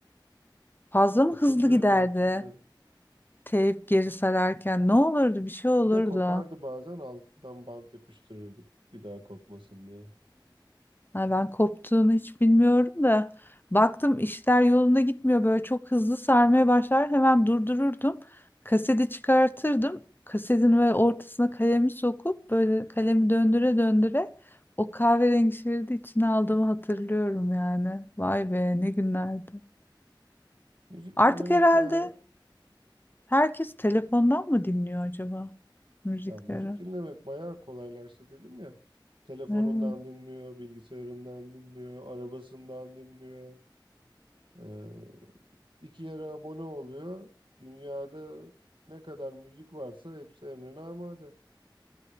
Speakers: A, on the left (about 25°); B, on the right (about 80°).
A: Fazla mı
B: Hatırlıyorum
A: hızlı giderdi?
B: hatırlıyorum.
A: Teyp geri sararken ne olurdu? Bir şey olurdu.
B: Bir de kopardı bazen altından bant yapıştırırdık bir daha kopmasın diye.
A: Ha, ben koptuğunu hiç bilmiyorum da baktım işler yolunda gitmiyor böyle çok hızlı sarmaya başlar hemen durdururdum kaseti çıkartırdım kasetin ve ortasına kalemi sokup böyle kalemi döndüre döndüre o kahverengi şeridi içine aldığımı hatırlıyorum yani vay be ne günlerdi
B: Müzik
A: artık
B: dinlemek
A: herhalde
B: baya
A: herkes telefondan mı dinliyor acaba müzikleri
B: ya müzik dinlemek bayağı kolaylaştı dedim ya. Telefonundan
A: Evet.
B: dinliyor, bilgisayarından dinliyor, arabasından dinliyor. Ee, iki yere abone oluyor. Dünyada ne kadar müzik varsa hepsi emrine amade.